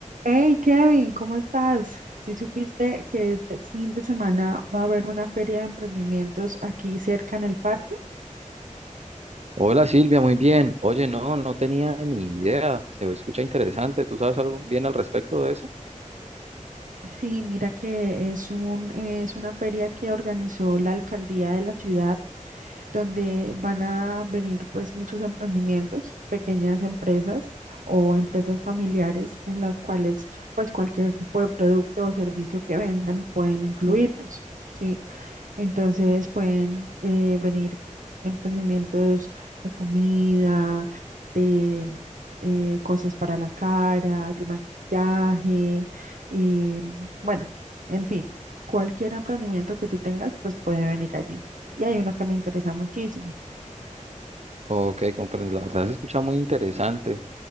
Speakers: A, on the right; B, on the right.
A: Hey Kevin, ¿cómo estás? Si supiste que este fin de semana va a haber una feria de emprendimientos aquí cerca en el parque.
B: Hola Silvia, muy bien. Oye, no, no tenía ni idea. Se escucha interesante. ¿Tú sabes algo bien al respecto de eso?
A: Sí, mira que es un, es una feria que organizó la alcaldía de la ciudad, donde van a venir pues muchos emprendimientos, pequeñas empresas o empresas familiares en las cuales pues cualquier tipo de producto o servicio que vendan pueden incluirlos. Sí. Entonces pueden eh, venir emprendimientos de comida, de eh, cosas para la cara, de maquillaje, eh, bueno, en fin, cualquier emprendimiento que tú tengas, pues puede venir allí. Y hay uno que me interesa muchísimo.
B: Ok, comprendo. La verdad se escucha muy interesante.